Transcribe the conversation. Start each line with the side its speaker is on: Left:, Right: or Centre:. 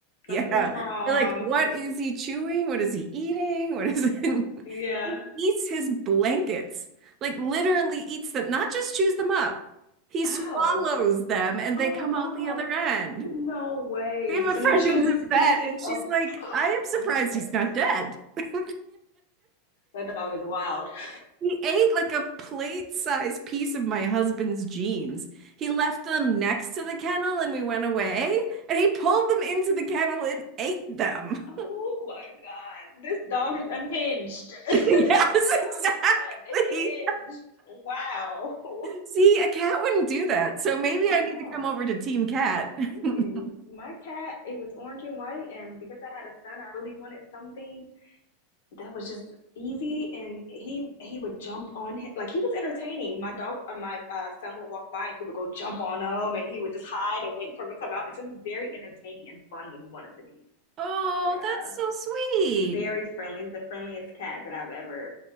Right: yeah.
Left: something's wrong.
Right: You're like, what is he chewing? What is he eating? What is it?
Left: Yeah.
Right: <laughs> Eats his blankets, like literally eats them, not just chews them up. He swallows
Left: Ow.
Right: them and
Left: Oh
Right: they come
Left: my God.
Right: out the other end.
Left: No way.
Right: We have a
Left: So
Right: friend
Left: he chews
Right: who's a vet,
Left: pieces
Right: and she's
Left: of.
Right: like,
Left: <gasps>
Right: I am surprised
Left: Oh my God,
Right: he's
Left: that's
Right: not
Left: crazy.
Right: dead. <laughs>
Left: That dog is wild. <laughs>
Right: He ate like a plate-sized piece of my husband's jeans. He left them next to the kennel and we went away, and he pulled them into the kennel and ate them.
Left: Oh
Right: <laughs>
Left: my God. This dog is unhinged. <laughs> This
Right: Yes,
Left: dog
Right: exactly.
Left: is unhinged. Wow. <laughs>
Right: See, a cat wouldn't do that. So maybe
Left: Oh
Right: I need
Left: no.
Right: to come over to Team Cat.
Left: Mm-mm.
Right: <laughs>
Left: My cat, it was orange and white, and because I had a son, I really wanted something that was just easy. And he he would jump on him, like he was entertaining. My dog, uh, my uh, son would walk by, and he would go jump on him, and he would just hide and wait for him to come out. And so he was very entertaining and fun when he wanted to be.
Right: Oh,
Left: Yeah,
Right: that's so sweet.
Left: he's very friendly. He's the friendliest cat that I've ever